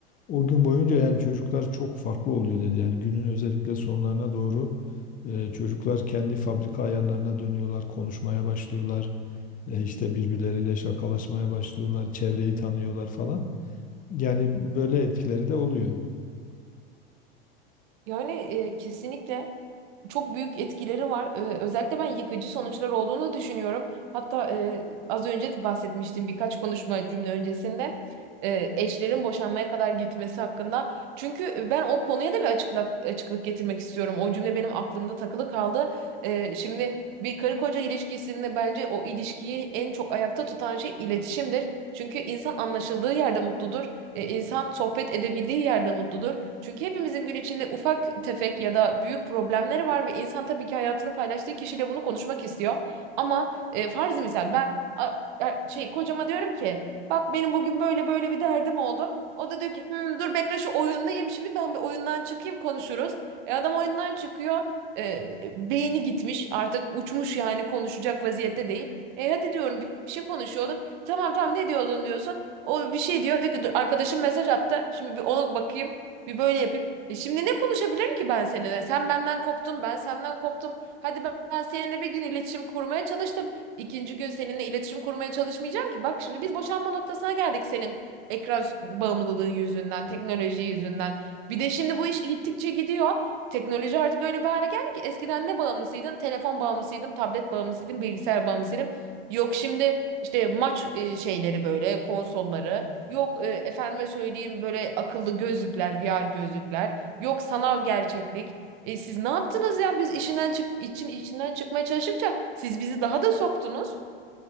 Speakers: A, on the left; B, on the right.
A: O gün boyunca yani çocuklar çok farklı oluyor dedi. Yani günün özellikle sonlarına doğru e, çocuklar kendi fabrika ayarlarına dönüyorlar, konuşmaya başlıyorlar. E, işte birbirleriyle şakalaşmaya başlıyorlar, çevreyi tanıyorlar falan. Yani böyle etkileri de oluyor.
B: Yani e, kesinlikle. çok büyük etkileri var. Ee, özellikle ben yıkıcı sonuçlar olduğunu düşünüyorum. Hatta e, az önce de bahsetmiştim birkaç konuşma cümle öncesinde e, eşlerin boşanmaya kadar gitmesi hakkında. Çünkü e, ben o konuya da bir açıklık açıklık getirmek istiyorum. O cümle benim aklımda takılı kaldı. Ee, şimdi bir karı koca ilişkisinde bence o ilişkiyi en çok ayakta tutan şey iletişimdir. Çünkü insan anlaşıldığı yerde mutludur. Ee, insan sohbet edebildiği yerde mutludur. Çünkü hepimizin gün içinde ufak tefek ya da büyük problemleri var ve insan tabii ki hayatını paylaştığı kişiyle bunu konuşmak istiyor. Ama e, farzı misal ben a- a- şey kocama diyorum ki bak benim bugün böyle böyle bir derdim oldu. O da diyor ki "Hmm, dur bekle şu oyundayım şimdi ben bir oyundan çıkayım konuşuruz. E, adam oyundan çıkıyor. E, beyni gitmiş artık uçmuş yani konuşacak vaziyette değil. E hadi diyorum bir şey konuşuyorduk. Tamam tamam ne diyordun diyorsun. O bir şey diyor. Diyor ki dur arkadaşım mesaj attı. Şimdi bir ona bakayım. Bir böyle yapayım. E şimdi ne konuşabilirim ki ben seninle? Sen benden koptun, ben senden koptum. Hadi ben ben seninle bir gün iletişim kurmaya çalıştım. İkinci gün seninle iletişim kurmaya çalışmayacağım ki. Bak şimdi biz boşanma noktasına geldik senin ekran s- bağımlılığın yüzünden, teknoloji yüzünden. Bir de şimdi bu iş gittikçe gidiyor. Teknoloji artık öyle bir hale geldi ki eskiden ne bağımlısıydın? Telefon bağımlısıydın, tablet bağımlısıydın, bilgisayar bağımlısıydın. Yok şimdi işte maç e, şeyleri böyle konsolları. Yok e, efendime söyleyeyim böyle akıllı gözlükler, VR gözlükler. Yok sanal gerçeklik. E, siz ne yaptınız ya? Biz işinden çık için içinden çıkmaya çalıştıkça siz bizi daha da soktunuz.